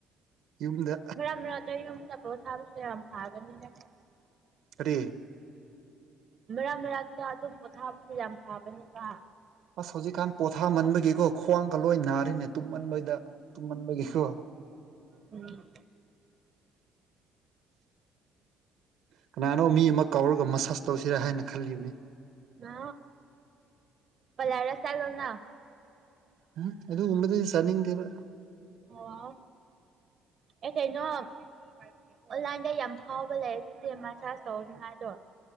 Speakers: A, on the right (about 70°); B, on the right (about 40°).
A: ꯌꯨꯝꯗ
B: ꯈꯔꯝꯗ ꯌꯨꯝꯗ ꯄꯒ ꯊꯥꯕꯁꯨꯗ ꯌꯥꯝ ꯐꯕꯅꯤꯅ꯫
A: ꯀꯔꯤ
B: ꯃꯔꯛ ꯃꯔꯛꯇ ꯑꯗꯨꯝ ꯄꯣꯊꯥꯕꯁꯦ ꯌꯥꯝ ꯐꯥꯕꯅꯤꯕ
A: ꯑꯁ ꯍꯧꯖꯤꯛꯀꯥꯟ ꯄꯣꯊꯥꯃꯟꯕꯒꯤꯀꯣ ꯈ꯭ꯋꯥꯡꯒ ꯂꯣꯏ ꯅꯥꯔꯤꯅꯦ ꯇꯨꯝꯃꯟꯕꯩꯗ ꯇꯨꯝꯃꯟꯕꯒꯤꯀꯣ꯫
B: ꯎꯝ
A: ꯀꯅꯥꯅꯣ ꯃꯤ ꯑꯃ ꯀꯥꯎꯔꯒ ꯃꯁꯥꯁ ꯇꯧꯁꯤꯔꯥ ꯍꯥꯏꯅ ꯈꯜꯂꯤꯕꯅꯤ
B: ꯑ ꯄꯂꯥ ꯔ ꯆꯒꯅ
A: ꯎꯝ ꯑꯗꯨ ꯎꯃꯦꯗꯗꯤ ꯁꯅꯤꯡ ꯇꯦꯕ
B: ꯑꯣ ꯑꯦ ꯀꯩꯩꯅ ꯑꯣꯟꯂꯥꯏꯟꯗ ꯌꯥꯝ ꯐꯥꯎꯕ ꯂꯩ ꯑꯗꯨꯗꯤ ꯃꯆꯥꯖ ꯇꯧꯗ ꯍꯥꯏꯗꯣ꯫